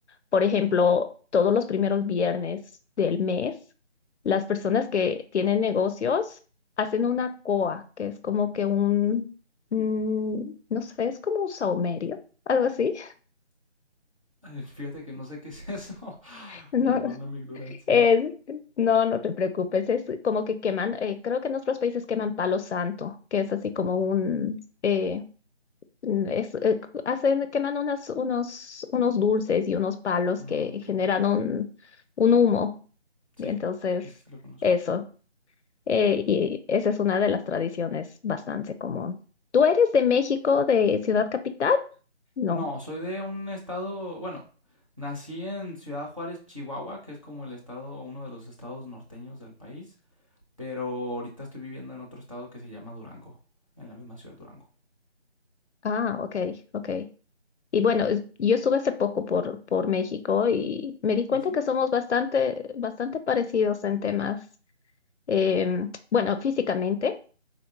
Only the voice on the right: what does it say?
<laughs> Fíjate que no sé qué es eso. <laughs>
Perdona mi ignorancia.
Mm,
ok.
Sí,
ese sí lo conozco.
No, soy de un estado, bueno, nací en Ciudad Juárez, Chihuahua, que es como el estado, uno de los estados norteños del país, pero ahorita estoy viviendo en otro estado que se llama Durango, en la misma ciudad Durango.
¿Ah, sí?